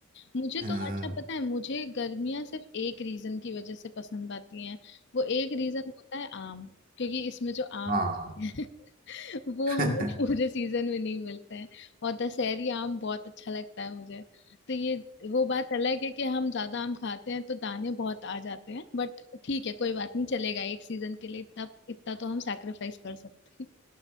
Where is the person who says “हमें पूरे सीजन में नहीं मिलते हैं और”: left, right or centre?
Left